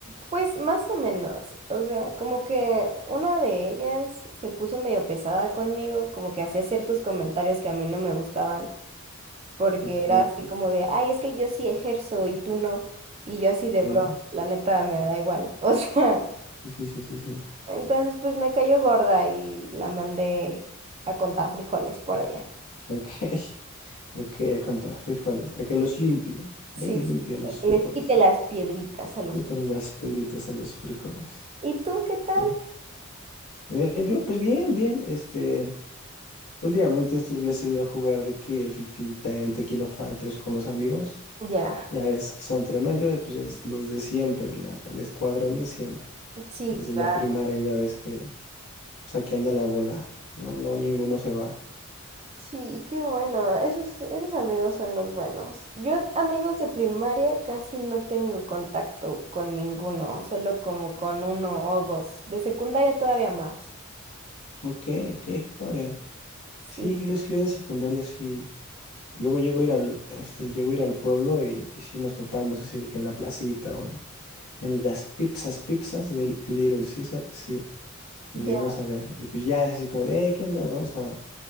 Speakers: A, on the right (about 30°); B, on the left (about 80°).
A: pues más o menos, o sea, como que una de ellas se puso medio pesada conmigo, como que hacía ciertos comentarios que a mí no me gustaban, porque
B: Ok,
A: era así como de, ay, es que yo sí ejerzo y tú no, y yo así
B: ok.
A: de, bro, la neta me da igual, <laughs> o sea,
B: Sí, sí, sí, sí, sí.
A: Entonces, pues me cayó gorda y la mandé a contar frijoles por allá.
B: Ok, <laughs> ok, a contar frijoles. A que los limpie. Ve
A: Sí,
B: y
A: sí,
B: limpia los
A: para que
B: frijoles.
A: les quite las piedritas a los
B: Quítale
A: frijoles.
B: las pedritas a los frijoles.
A: ¿Y tú qué tal?
B: Ujú. Eh, yo, pues bien, bien, este, últimamente estos días he ido a jugar de que el Fifita, el Tequino Fighters con los amigos,
A: Ya,
B: ya es que son tremendos, yo pues es los de siempre, la, el escuadrón de siempre,
A: sí,
B: desde
A: claro.
B: la primaria ya ves que, pues aquí anda la bola, no, no, ninguno se va,
A: Sí, qué bueno. Esos, esos amigos son los buenos. Yo amigos de primaria casi no tengo contacto con ninguno, solo como con uno o dos. De secundaria todavía más.
B: ok, ok, qué padre,
A: Sí,
B: sí, ¿qué crees que yo de secundaria sí? Luego llego a ir al, este, llego a ir al pueblo y, y sí nos topamos así de que en la placita, bueno, en las pipsas, pipsas del Little Caesar, sí. Lo llegamos
A: ya.
B: a ver. Y pues ya es así como de, "Eh, ¿qué onda? Vamos a,